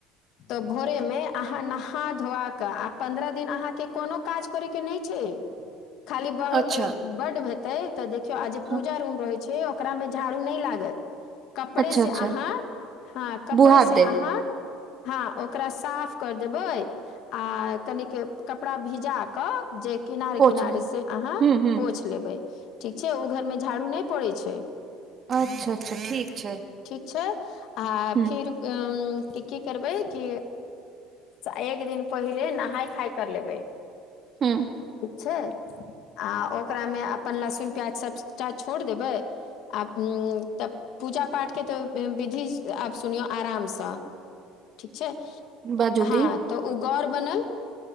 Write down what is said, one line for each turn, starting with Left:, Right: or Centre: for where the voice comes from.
Left: त भोर मे आहा नहा धूआक क पंद्रह दिन के कोनो काज करे के नइ छै खाली बड्ड
Right: अच्छा
Left: हेतै तऽ देखियौ आ जे
Right: हँ
Left: पूजा रूम रहै छै ओकरा मे झाड़ू नइ लागत कपड़े
Right: अच्छा
Left: से
Right: अच्छा
Left: अहाँ हँ कपड़े
Right: बुहार
Left: से अहाँ
Right: देब
Left: हँ ओकरा साफ कर देबै आ कनिक कपड़ा भिजा क जे किनारे
Right: पोछ
Left: किनारे
Right: देब
Left: से अहाँ
Right: हूँ हूँ
Left: पोछ लेबै ठीक छै ओ घर मे झाड़ू नै पड़ै छै
Right: अच्छा अच्छा ठीक छै
Left: ठीक छै आ
Right: ह
Left: फिर की करबै कि एक दिन पहिले नहाय खाय कर लेबै
Right: हूंम्म
Left: ठीक छै आ ओकरामे अपन लहसुन प्याज सभटा छोड़ि देबै आ तब पूजा पाठके तऽ विधि आब सुनियौ आरामसँ ठीक छै
Right: बाजू
Left: हँ
Right: दी
Left: तऽ ओ गौर बनल